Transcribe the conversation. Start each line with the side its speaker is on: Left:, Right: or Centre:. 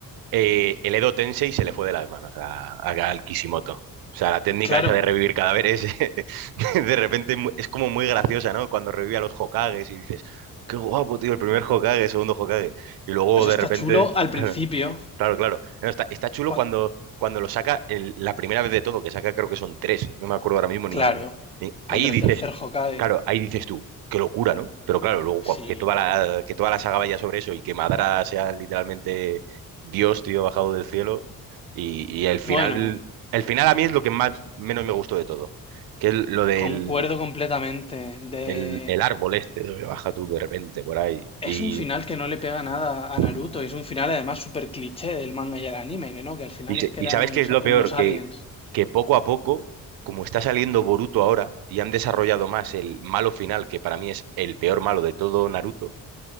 Right: eh, el Edo Tensei se le fue de las manos a, a- al Kishimoto. O sea, la técnica
Left: Claro,
Right: esa de revivir cadáveres, <laughs> de repente mu- es como muy graciosa, ¿no? Cuando revive a los Hokages y dices, qué guapo, tío, el primer Hokage, el segundo Hokage. Y luego
Left: eso
Right: de
Left: está
Right: repente,
Left: chulo
Right: <laughs>
Left: al
Right: claro,
Left: principio.
Right: claro. claro. No, está, está chulo
Left: cua-
Right: cuando, cuando lo saca el- la primera vez de todo, que saca creo que son tres, no me acuerdo ahora mismo ni...
Left: Claro,
Right: ni-
Left: contra
Right: Ahí dices,
Left: el tercer Hokage.
Right: Claro, ahí dices tú, qué locura, ¿no? Pero claro, luego cua-
Left: Sí.
Right: que toda la, que toda la saga vaya sobre eso y que Madara sea literalmente Dios, tío, bajado del cielo. Y, y el final,
Left: Bueno,
Right: el final a mí es lo que más menos me gustó de todo, que es lo del
Left: concuerdo completamente de
Right: el, el árbol este, donde baja tú de repente por ahí.
Left: Es
Right: Y,
Left: un final que no le pega nada a
Right: mm,
Left: Naruto y es un final además súper cliché del manga y el anime, que no, que al final
Right: y, se-
Left: es que
Right: y
Left: eran
Right: sabes
Left: unos,
Right: qué es lo
Left: unos
Right: peor,
Left: aliens.
Right: que, que poco a poco, como está saliendo Boruto ahora y han desarrollado más el malo final, que para mí es el peor malo de todo Naruto